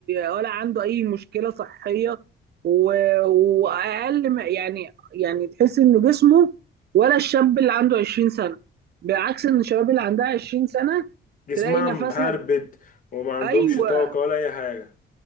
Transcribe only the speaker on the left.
جسمها
مهربد وما عندهمش
طاقة ولا اي حاجة